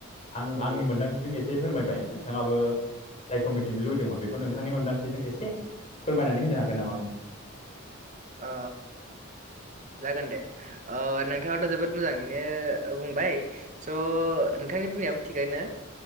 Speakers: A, on the left; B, on the right.
A: आं
B: औ
A: आंनि मोनदांथिजों एसे फोरमायबाय नोंथाङाबो जायखौ मिथिनो लुबैदोंमोन बेखौ नोंथांनि मोन्दांथिजों एसे फोरमायनानै होनो हागोन नामा आङो।
B: अ जागोन दे। नोंथाङाथ' जोबोद मोजाङैनो बुंबाय स' नोंथांनि बुंनायाबो थिगैनो।